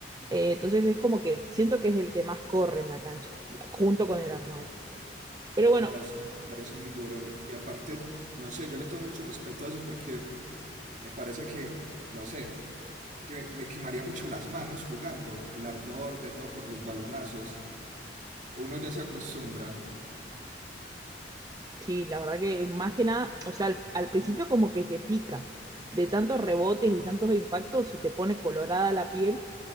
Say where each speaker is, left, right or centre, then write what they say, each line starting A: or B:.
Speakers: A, on the right (about 20°); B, on the right (about 45°).
A: Eh, entonces es como que siento que es el que más corre en la cancha, junto con el
B: Ok.
A: armado. Pero bueno,
B: No, es, me parece muy duro. Y aparte, no sé, yo le tengo mucho respeto a eso porque me parece que, no sé, que me quemaría mucho las manos jugando, el ardor de todo por los balonazos. Uno ya se acostumbra.
A: sí, la verdad que más que nada, o sea, al, al principio como que te pica, de tantos rebotes y tantos impactos se te pone colorada la piel